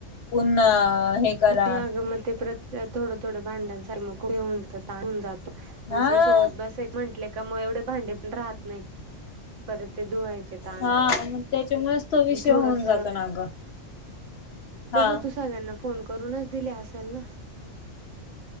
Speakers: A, on the left; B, on the right.
A: पुन्हा हे करा
B: मग म ते प्रत थोडं थोडं भांडांसार मग नको होऊन जातो
A: हा
B: तिच्या सोबत बसायच म्हटलं तर कमुळ एवढे भांडे पण राहत नाही परत ते धुवायचे ताण
A: हा मग त्यांच्यामुळेच तो विषय
B: थोडस
A: होऊन जातो ना गं, हा.
B: तसं तू सगळ्यांना फोन करूनच दिले असेल ना.